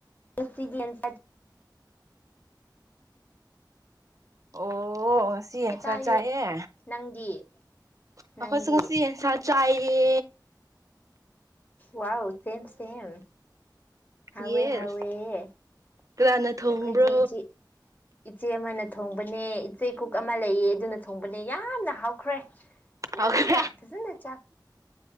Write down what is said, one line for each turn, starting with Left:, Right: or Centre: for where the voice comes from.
Left: <unintelligible>
Right: ꯑꯣ ꯉꯁꯤ ꯌꯦꯟꯁꯥ
Left: ꯑꯦ ꯇꯥꯏꯌꯦ
Right: ꯆꯥꯏꯌꯦ
Left: ꯅꯪꯗꯤ ꯅꯪꯗꯤ
Right: ꯑꯩꯈꯣꯏꯁꯨ ꯉꯁꯤ ꯌꯦꯟꯁ ꯆꯥꯏ ꯌꯦ
Left: ꯋꯥꯎ ꯁꯦꯝ ꯁꯦꯝ ꯍꯥꯎꯋꯦ
Right: ꯌꯦꯁ
Left: ꯍꯥꯎꯋꯦ ꯑꯩꯈꯣꯏꯒꯤ
Right: ꯀꯅꯥꯅ ꯊꯣꯡꯕ꯭ꯔꯣ
Left: ꯏꯆꯦ ꯏꯆꯦ ꯑꯃꯅ ꯊꯣꯡꯕꯅꯦ ꯏꯆꯦ ꯀꯨꯛ ꯑꯃ ꯂꯩꯌꯦ ꯑꯗꯨꯅ ꯊꯣꯡꯕꯅꯦ ꯌꯥꯝꯅ ꯍꯥꯎꯈ꯭ꯔꯦ ꯌꯥꯝꯅ
Right: ꯍꯥꯎꯈ꯭ꯔꯦ
Left: ꯐꯖꯅ ꯆꯥꯛ